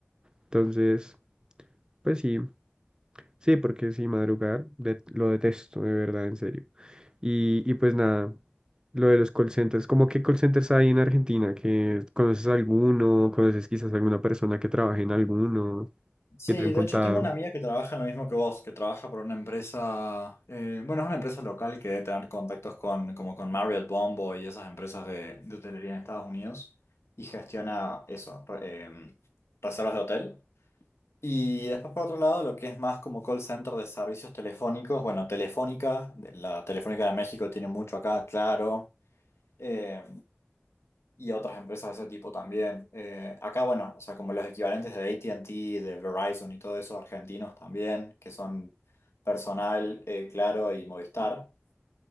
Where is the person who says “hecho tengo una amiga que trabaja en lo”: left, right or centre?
Left